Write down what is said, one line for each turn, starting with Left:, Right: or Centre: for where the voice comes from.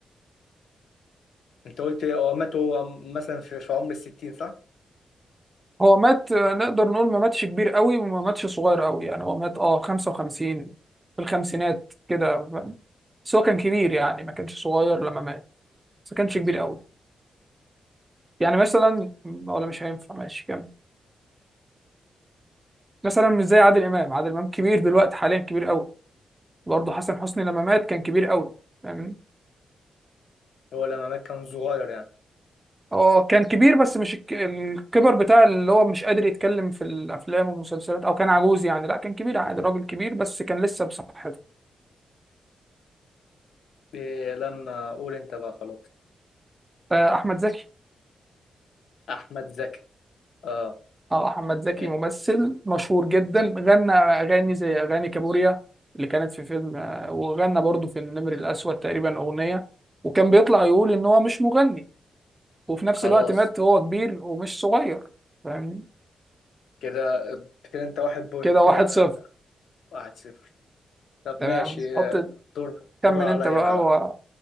Left: انت قلت هو مات هو مثلا في, في عمر الستين صح
Right: هو مات آه، نقدر نقول ما ماتش كبير قوي وما ماتش صغير قوي يعني هو مات اه 55 في الخمسينات كده فاهم؟ بس هو كان كبير يعني ما كانش صغير لما مات بس ما كانش كبير قوي يعني مثلا ولا مش هينفع ماشي كمل مثلا مش زي عادل امام عادل امام كبير دلوقتي حاليا كبير قوي برضه حسن حسني لما مات كان كبير قوي فاهمني
Left: هو لما مات كان صغير يعني
Right: هو كان كبير بس مش الك- الكبر بتاع اللي هو مش قادر يتكلم في الافلام والمسلسلات او كان عجوز يعني لا كان كبير عادي راجل كبير بس كان لسه بصحته
Left: إيه لما اقول انت بقى خلاص
Right: آه، احمد زكي
Left: احمد زكي اه
Right: اه احمد زكي
Left: إيه
Right: ممثل مشهور جدا غنى اغاني زي اغاني كابوريا اللي كانت في فيلم آه، وغنى برضه في النمر الاسود تقريبا اغنيه وكان بيطلع يقول ان هو مش مغني وفي نفس
Left: خلاص
Right: الوقت مات وهو كبير ومش صغير فاهمني
Left: كده كده انت واحد بوينت
Right: كده
Left: كده
Right: واحد
Left: انا
Right: صفر
Left: واحد صفر طب
Right: تمام
Left: ماشي
Right: حط
Left: آه، دور
Right: كمل
Left: دور عليا
Right: انت بقى
Left: انا بقى
Right: و...